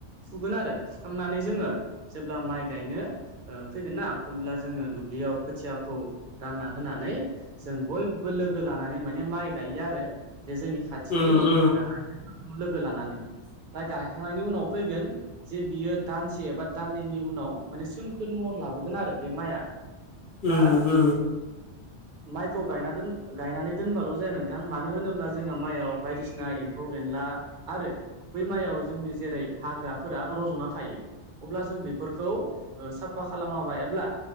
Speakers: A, on the right; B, on the left.
A: फुगोन आरो फुखांनानै जोङो जेब्ला माइ गायनो फैगोन ना अब्ला जोङो दुब्लियाव खोथियाखौ रानना होनानै जों बयबो लोगो लानानै माने माइ गायो आरो जे जोंनि खाथिनि
B: उम उम
A: आइजोफोरखौ लोगो लानानै दा गायखांनायनि उनाव फैगोन जे बियो दानसे एबा दाननैनि उनाव माने सोमखोर महर लाबोगोन आरो बे माइआ दा
B: उम उम
A: माइखौ गायना दोन गायनानै दोनबाल' जाया नोंथां मानो होनोब्ला जोंहा माइआव बायदिसिना फिनाय एम्फौ एनला आरो बै मयाव जोंनि जेरै हाग्राफोरा रज'ना थायो अब्ला जों बेफोरखौ साफा खालामाबाय एब्ला